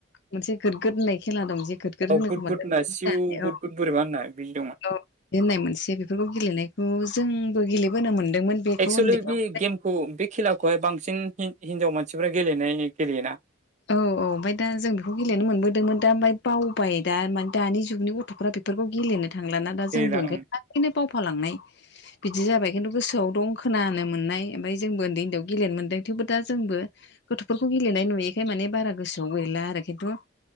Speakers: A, on the left; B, on the right.
A: मोनसे गोद गोद होननाय खेला दं जे गोद गोद
B: औ
A: होनोखौ
B: गुद
A: मोनोन
B: गुद होननाय
A: होननानै
B: सिउ गुद
A: औ
B: गुद बोरैबा होननाय बिदि दंमोन
A: औ बिदि होननाय मोनसे बेफोरखौ गेलेनायखौ जोंबो गेलेबोनो मोनदोंमोन बेखौ
B: एक्सुलि
A: उन्दैयाव
B: बे गेमखौ बे खेलाखौहाय बांसिन हिनजाव मानसिफोरा गेलेनाय गेलेयोना
A: औ औ ओमफाय दा जों बेखौ गेलेनो मोनबोदोंमोन दा ओमफाय बावबाय दा माने दानि जुगनि गथ'फोरा बे फोरखौ गेलेनो थांलाना दा
B: गेलेला
A: जोंबो ओंखायनो
B: ओं
A: लासैनो बावफालांनाय बिदि जाबाय खिन्थु गोसोआव दं खोनानो मोन्नाय ओमफाय जोंबो उन्दै उन्दैयाव गेलेनो मोनदों थेवबो दा जोंबो गथ'फोरखौ गेलेनाय नुयि खाय माने बारा गोसोआव गैला आरो खिन्थु